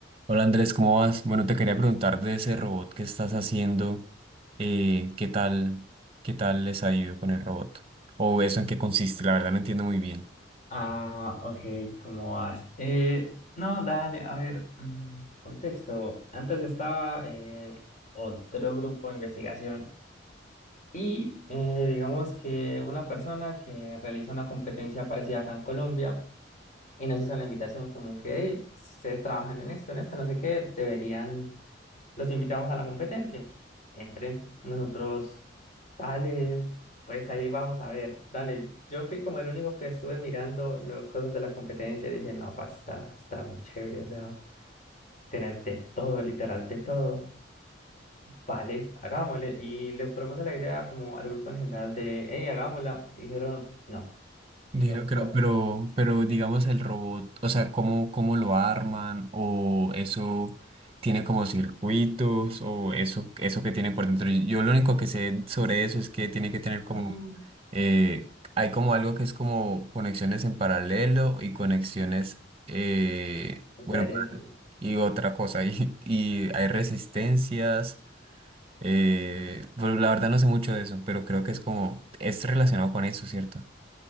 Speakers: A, on the right; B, on the left.
A: Hola Andrés, ¿cómo vas? Bueno, te quería preguntar de ese robot que estás haciendo, eh, ¿qué tal, qué tal les ha ido con el robot? O eso en qué consiste, la verdad no entiendo muy bien.
B: Ah, ok, ¿cómo vas? Eh, no, dale, a ver, mm, contexto. Antes estaba en otro grupo de investigación y eh, digamos que una persona que realiza una competencia parecida acá en Colombia y nos hizo la invitación como que, hey, ustedes trabajan en esto, en esto, no sé qué, deberían, los invitamos a la competencia. Entren, nosotros Dale, pues ahí vamos a ver. Dale, yo fui como el único que estuve mirando lo- cosas de la competencia y dije, no, parce, está, está muy chévere. O sea, tenés de todo, literal, de todo. Vale, hagámosle. Y les propuse la idea como al grupo en general de, hey, hagámosla. Y dijeron, no. Y
A: Dijeron
B: yo,
A: que
B: bueno,
A: no, pero, pero digamos el robot, o sea, ¿cómo, cómo lo arman? ¿O eso tiene como circuitos? ¿O eso, eso que tiene por dentro? Yo, yo lo único que sé sobre eso es que tiene que tener
B: Ah,
A: como, eh, hay como algo que es como conexiones en paralelo y conexiones... eh,
B: en
A: bueno,
B: serio, sí.
A: y otra cosa. Y, <laughs> y hay resistencias. eh, bueno, la verdad no sé mucho de eso, pero creo que es como, es relacionado con eso, ¿cierto?